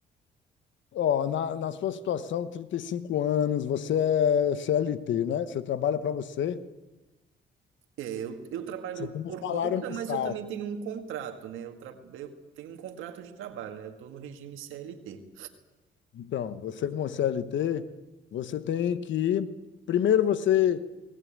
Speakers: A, on the left (about 70°); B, on the right (about 85°).
A: Ó, na, na sua situação, 35 anos, você é CLT, né? Você trabalha para você,
B: É, eu, eu trabalho
A: você tem um
B: por
A: salário
B: conta,
A: mensal.
B: mas eu também tenho um contrato, né? Eu, tra... eu tenho um contrato de trabalho, né? Eu estou no regime CLT.
A: Então, você como CLT, você tem que, primeiro você